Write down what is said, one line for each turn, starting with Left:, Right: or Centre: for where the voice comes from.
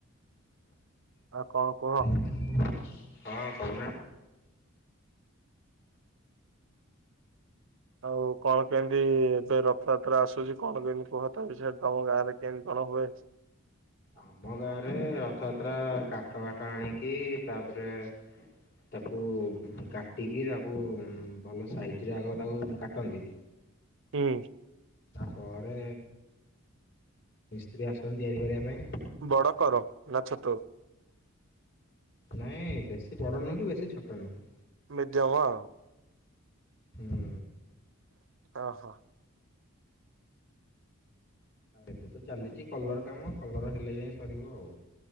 Right: ଆଉ କଣ କୁହ?
Left: ମୋ ଅବଡ଼ା ହଁ କହୁନା?
Right: ଆଉ କଣ କେମିତି ଏବେ ରଥଯାତ୍ରା ଆସୁଛି କଣ କେମିତି କୁହ ତା ବିକ୍ଷୟରେ କୁହ ସେ ତମ ଗାଁରେ କେମତି କଣ ହୁଏ?
Left: ଆମ ଗାଁରେ ରଥଯାତ୍ରା କାଠ ବାଠ ଆଣିକି ତାପରେ ତାକୁ କାଟିକି ତାକୁ ଭଲ ସାଇଜ ରେ ଆଗ ତାକୁ କାଟନ୍ତି।
Right: ହୁଁ।
Left: ତାପରେ ମିସ୍ତ୍ରୀ ଆସନ୍ତି ତିଆରି କରିବା ପାଇଁ।
Right: ବଡ କର ନା ଛୋଟ।
Left: ନାଇଁ ବେଶୀ ବଡ ନୁହଁ କି ବେଶୀ ଛୋଟ ନୁହଁ
Right: ମିଡିଅମ୍ ଆଉ।
Left: ହୁଁ
Right: ଓହୋ।
Left: ଏବେ ତ ଚାଲିଛି କଲର କାମ କଲର ହେଲେ ଯାଇ ସରିବ ଆଉ।